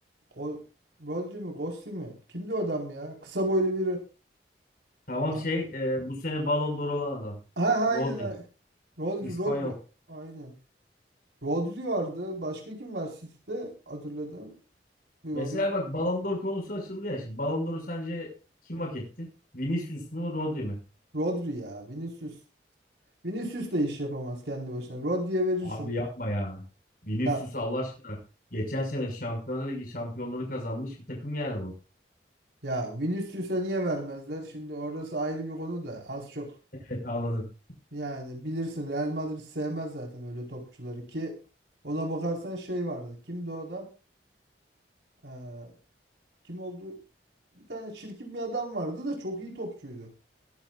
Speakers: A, on the right; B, on the left.
A: Go- Rodri mi? Gossi mi? Kimdi o adam ya? Kısa boylu biri.
B: Tamam
A: Ha,
B: şey e, bu sene Ballon d'Or olan adam.
A: ha
B: Rodri.
A: aynen. ha. Rodri,
B: İspanyol.
A: Rodri. Aynen. Rodri vardı. Başka kim var City'de? Hatırladım. Bir
B: Mesela
A: bakayım.
B: bak Ballon d'Or konusu açıldı ya. Şimdi Ballon d'Or'u sence kim hak etti? Vinicius mu Rodri mi?
A: Rodri ya. Vinicius. Vinicius da iş yapamaz kendi başına. Rodri'ye verirsin.
B: Abi yapma ya. Vinicius
A: Ya
B: Allah aşkına. Geçen sene Şampiyonlar Ligi şampiyonluğunu kazanmış bir takım yani bu.
A: ya Vinicius'a niye vermezler? Şimdi orası ayrı bir konu da az çok
B: Evet anladım.
A: yani bilirsin Real Madrid sevmez zaten öyle topçuları ki ona bakarsan şey vardı. Kimdi o adam? Ee, kim oldu? Bir tane çirkin bir adam vardı da çok iyi topçuydu.